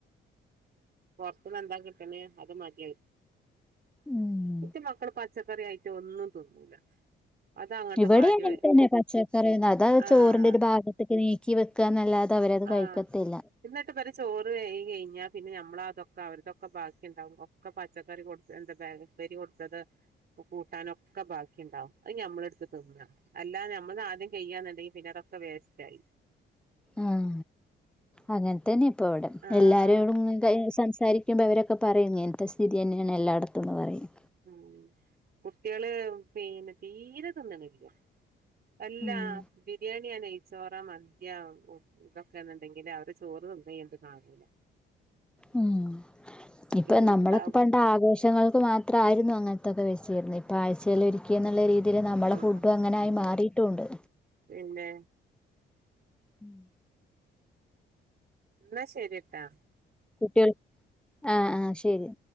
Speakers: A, on the right (about 50°); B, in the centre.
A: പുറത്തന്ന് എന്താ കിട്ടണ അത് മതിയാ
B: ഉം
A: <unintelligible> മക്കള് പച്ചക്കറി ആയിട്ട് ഒന്നും തിന്നൂല. അത് അങ്ങോട്ട്
B: ഇവിടീം
A: വാരി
B: അങ്ങനതന്നെ പച്ചക്കറിയ അതാ
A: ആഹ്
B: ചോറിന്റെ ഒരു ഭാഗ ക്കെ നീക്കി വെക്കാന്നല്ലാതെ അവരത്
A: ആഹ്
B: കഴിക്കത്തില്ല
A: എന്നിട്ട് വരെ ചോറ് കഴികി കഴിഞ്ഞാൽ പിന്നെ നമ്മ അതൊക്കെ അവർതൊക്കെ ബാക്കി ഉണ്ടാവും ഒക്കെ പ പച്ചക്കറി കൊടുത്ത എന്താ പയർ പേരി കൊടുത്തത് കൂട്ടാനൊക്കെ ബാക്കിണ്ടാവും അത് ഞമ്മളെടുത്ത് തിന്നാ അല്ലാത നമ്മൾ ആദ്യം കഴ്യാന്നുണ്ടെങ്കിൽ പിന്നതക്കെ വേസ്റ്റ്ആയി.
B: ആഹ അങ്ങനെത്തന്നെ ഇപ്പൊ ഇവടെ
A: ആഹ്
B: എല്ലാരരുംടും സംസാരിക്ക ഇരിക്കുമ്പം അവരൊക്ക പറയും ഇങ്ങന് ത്തെ സ്ഥിതി തന്നെയാണ് എല്ലായിടത്തുംന്ന് പറയും.
A: ഉ കുട്ടികള് പിന്നെ തീരെ തിന്ന്ണ്ല്ല അല്ലാ
B: ഉം
A: ബിരിയാണിയാണി നെ ചോറ മത്യാക്കും ഇതൊക്കെന്നുണ്ടെങ്കില് അവര് ചോറ് നൊന്നും അയിനിത് കാണൂല്ല
B: ഉം ഇപ്പൊ
A: ഇങ്ങനത്തതാവും
B: നമ്മളൊക്കെ പ ആഘോഷങ്ങൾക്ക് മാത്രായിരുന്നു അങ്ങനത്തൊക്കെ വെച്ചിരുന്നേ. ആഴ്ചകളിൽ ഒരിക്കെന്നുള്ള രീതിയിൽ നമ്മളെ
A: ആഹ്
B: ഫുഡും അങ്ങനായി മാറിയിട്ടും ഉണ്ട്.
A: പിന്നെ
B: <inaudible>
A: ന്നാ ശരിട്ടാ
B: കുട്ട്യാൾ ആഹ് ആഹ് ശരി